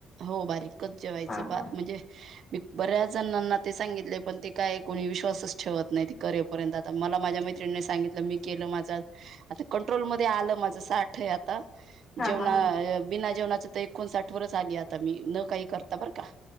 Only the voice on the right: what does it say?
हो बारीकच जेवायचं
बा
म्हणजे मी बऱ्याच जणांना ते सांगितले पण ते काय कोणी विश्वासच ठेवत नाही. करेपर्यंत आता मला माझ्या मै त्रिणी सांगितलं मी केलं माझ आता कंट्रोलमध्ये आलं माझं साठ ठ आहे आता
जेवणा
बिना जेवणाच आता एकोणसाठ वरच आली आता मी न काही करता बरं का